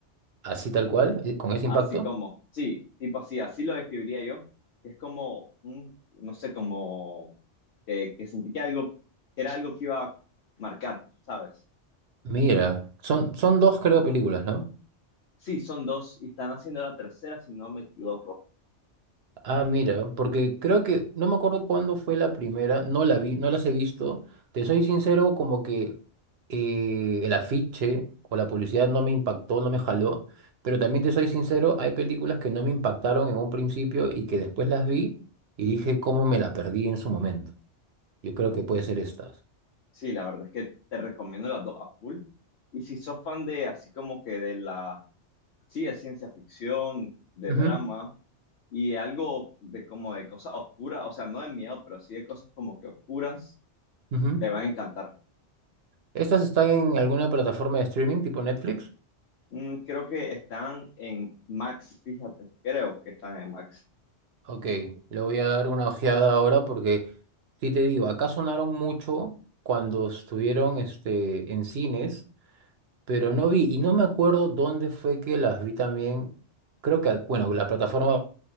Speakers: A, on the right (about 65°); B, on the left (about 65°).
A: Así tal cual, eh, con ese
B: así
A: impacto.
B: como, sí, tipo así, así lo describiría yo, que es como, un, no sé, como que, que sentí que algo, que era algo que iba a marcar, ¿sabes?
A: Mira, son, son dos creo películas, ¿no?
B: Sí, son dos y están haciendo la tercera, si no me equivoco.
A: Ah, mira, porque creo que no me acuerdo cuándo fue la primera, no la vi, no las he visto. Te soy sincero, como que eh, el afiche o la publicidad no me impactó, no me jaló, pero también te soy sincero, hay películas que no me impactaron en un principio y que después las vi y dije cómo me la perdí en su momento. Yo creo que puede ser estas.
B: Sí, la verdad es que te recomiendo las dos a full. Y si sos fan de así como que de la, sí, de ciencia ficción, de
A: Ujú,
B: drama y algo de como de cosas oscuras, o sea, no de miedo, pero sí de cosas como que oscuras,
A: ujú.
B: te van a encantar.
A: ¿Estas están en alguna plataforma de streaming tipo Netflix?
B: Mm, creo que están en Max, fíjate, creo que están en Max.
A: Ok, le voy a dar una ojeada ahora porque, sí te digo, acá sonaron mucho cuando estuvieron este, en cines, pero no vi, y no me acuerdo dónde fue que las vi también, creo que, bueno, la plataforma